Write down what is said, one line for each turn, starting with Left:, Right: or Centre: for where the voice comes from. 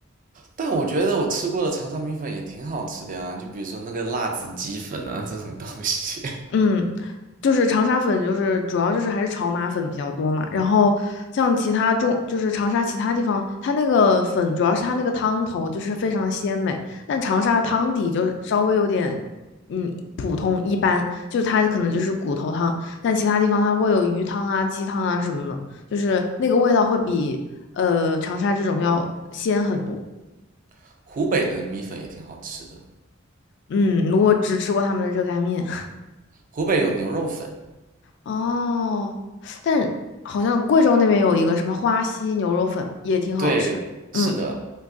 Right: 但我觉得我吃过的长沙米粉也挺好吃的呀，就比如说那个辣子鸡粉啊这种东西，
Left: 嗯，就是长沙粉，就是主要就是还是炒码粉比较多嘛。然后像其他中，就是长沙其他地方，它那个粉主要是它那个汤头就是非常鲜美，但长沙汤底就是稍微有点，嗯，普通一般，就是它可能就是骨头汤，但其他地方它会有鱼汤啊、鸡汤啊什么的，就是那个味道会比呃长沙这种要鲜很多。
Right: <laughs> 湖北的米粉也挺好吃的，
Left: 嗯，我只吃过他们的热干面。
Right: 湖北有牛肉粉，
Left: 哦，但好像贵州那边有一个什么花溪牛肉粉也挺好吃。
Right: 对，是的，
Left: 嗯